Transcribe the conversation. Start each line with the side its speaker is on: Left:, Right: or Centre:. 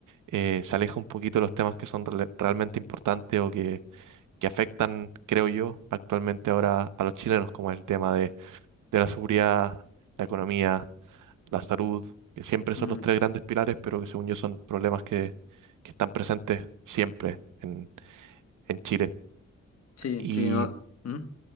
Right: eh, se aleja un poquito de los temas que son rele- realmente importantes o que que afectan, creo yo, actualmente ahora a los chilenos, como el tema de, de la seguridad, la economía, la salud, que siempre son
Left: mm.
Right: los tres grandes pilares, pero que según yo son problemas que, que están presentes siempre en, en Chile.
Left: Sí,
Right: Y
Left: sí, no... ¿Mm?